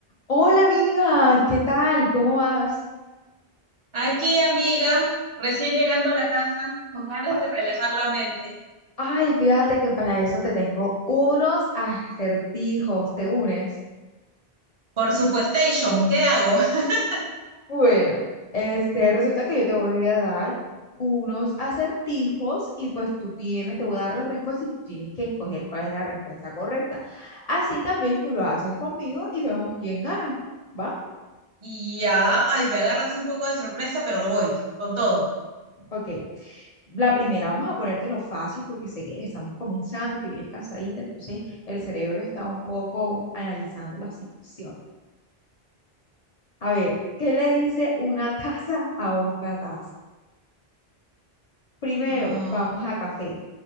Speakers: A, on the left; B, on the right.
A: Hola amiga, ¿qué tal? ¿Cómo vas?
B: Aquí, amiga, recién llegando a la casa, con ganas
A: A-
B: de relajar la mente.
A: Ay, fíjate que para eso te tengo unos acertijos, ¿te unes?
B: Por supuestation, ¿qué hago? <laughs>
A: Bueno, este, resulta que yo te voy a dar unos acertijos y pues tú tienes, te voy a dar la respuesta y tú tienes que escoger cuál es la respuesta correcta. Así también tú lo haces conmigo y vemos quién gana, ¿va?
B: Y ya, ay, me agarras un poco de sorpresa, pero voy, con todo.
A: Ok. La primera, vamos a ponértelo fácil porque sé que estamos comenzando, que vienes cansadita, entonces el cerebro está un poco analizando la situación. A ver, ¿qué le dice una <laughs> taza a otra taza? Primero,
B: Ah,
A: vamos a café.